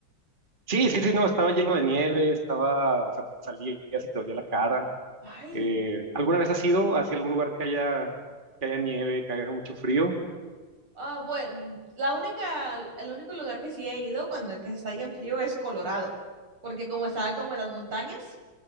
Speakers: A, on the right; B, on the right.
A: Sí, sí, sí, no, estaba lleno de nieve, estaba, o sea, salías y te dolía la cara.
B: Ay.
A: Eh, ¿alguna vez has ido hacia algún lugar que haya, que haya nieve, que haga mucho frío?
B: Ah, bueno, la única, el único lugar que sí he ido cuando que está bien frío es Colorado, porque como está como en las montañas,